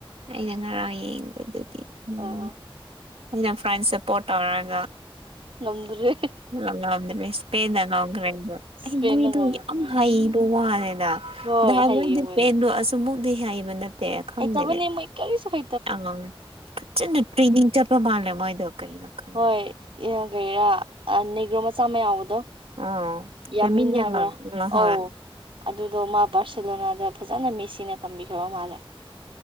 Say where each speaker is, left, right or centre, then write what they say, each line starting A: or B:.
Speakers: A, on the right; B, on the right.
A: ꯑꯩꯅ ꯉꯔꯥꯡ ꯌꯦꯡꯕꯗꯨꯗꯤ ꯎꯨꯝ
B: ꯑ
A: ꯑꯩꯅ ꯐ꯭ꯔꯦꯟ ꯁꯞꯄꯣꯔꯠ ꯇꯧꯔꯒ
B: ꯉꯝꯗ꯭ꯔꯦ
A: ꯂ ꯉꯝꯗ꯭ꯔꯦ ꯏꯁꯄꯦꯟꯗ ꯉꯝꯈ꯭ꯔꯦꯗ
B: ꯏꯁꯄꯦꯟꯅ
A: ꯑꯩ ꯃꯣꯏꯗꯣ
B: ꯉꯝꯈ꯭ꯔꯦ
A: ꯌꯥꯝ
B: ꯎꯝ
A: ꯍꯩꯕ ꯋꯥꯅꯦꯗ
B: ꯍꯣꯏ
A: ꯅꯍꯥꯟꯗꯤ
B: ꯍꯩꯌꯦ
A: ꯏꯁꯄꯦꯟꯗꯣ
B: ꯃꯣꯏꯅ
A: ꯑꯁꯨꯃꯨꯛꯇꯤ ꯍꯩꯕ ꯅꯠꯇꯦ ꯈꯪꯗꯦ
B: ꯍꯩꯇꯕꯅꯦ ꯃꯣꯏ ꯀꯩꯔꯤꯁꯨ ꯍꯩ
A: ꯑ ꯐꯖꯅ ꯇ꯭ꯔꯦꯅꯤꯡ ꯆꯠꯄ ꯃꯥꯜꯂꯦ ꯃꯣꯏꯗꯣ ꯀꯩꯅꯣ ꯈꯪꯗꯦ
B: ꯍꯣꯏ ꯀꯩꯔꯥ ꯅꯦꯒ꯭ꯔꯣ ꯃꯆꯥ ꯑꯃ ꯌꯥꯎꯕꯗꯣ
A: ꯑꯥ
B: ꯌꯥꯃꯤꯟꯅ
A: ꯂꯝꯃꯤꯟ ꯌꯥꯝ
B: ꯍꯥꯏꯕ꯭ꯔꯥ
A: ꯍꯣꯏ
B: ꯑꯣ ꯑꯗꯨꯗꯣ ꯃꯥ ꯕꯥꯔꯁꯦꯂꯣꯅꯥꯗ ꯐꯖꯅ ꯃꯦꯁꯤꯅ ꯇꯝꯕꯤꯈ꯭ꯔꯕ ꯃꯥꯜꯂꯦ